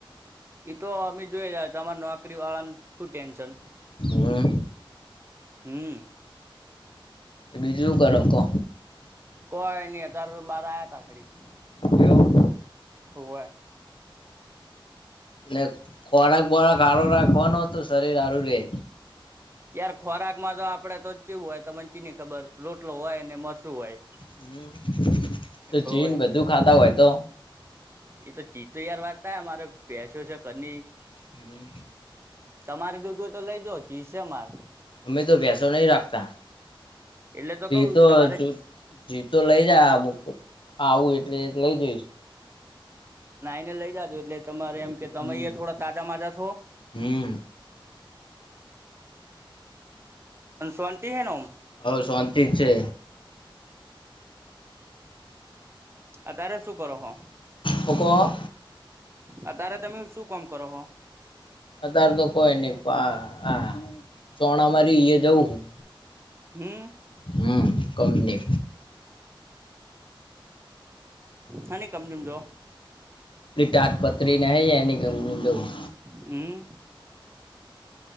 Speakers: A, on the right; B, on the left.
A: એતો અમે જોઈ તમારા નોકરી વાળાનું શું ટેન્શન.
B: હમ
A: હમ
B: બીજું કરો કો.
A: કોઈ નઈ અતાર બાર આવ્યા તા ઘડીક
B: એવું
A: હુએ.
B: ને ખોરાક બોરાક હારો રાખવાનો તો શરીર હારું રેહ.
A: યાર ખોરાક માં તો આપડે તો જ કેવું હોય ત મચીની ખબર રોટલો હોય ને મરસું હોય.
B: હમ્મ, તો
A: હોવે
B: ચીન બધું ખાતા હોય તો
A: એ તો ચિતત યાર વાત થ અમારે બેસો છે કની-
B: હમ-
A: તમારે દૂધ હોય તો લઈ જા ચીસે માર-
B: અમે તો વસો નહી રાખતા
A: એટલે
B: તે
A: કઉ
B: તો
A: તમારે
B: જો- જી તો લઈ જમક્ત આવું એટલે લઈ જઈશ.
A: અને આઈને લઈ જાજો એટલે તમારે એમ કે તમે
B: હમ્મ.
A: થોડા તાજા માજા થો-
B: હમ્મ
A: સન શાંતિ હૈ ને ઓમ
B: હઓ શાંતિ જ છે.
A: અત્યારે શું કરો હો?
B: હોકો.
A: અત્યારે તમે શું કામ કરો હો?
B: અતારે તો કોઈ નહી આ આ ચોણા મારી એ જવું હું.
A: હમ્મ.
B: હમ્મ, કમ ની.
A: હાની કમની જો?
B: એ તાટપત્રી નહીં એનીં કંપની માં જઉં.
A: અમ્મ.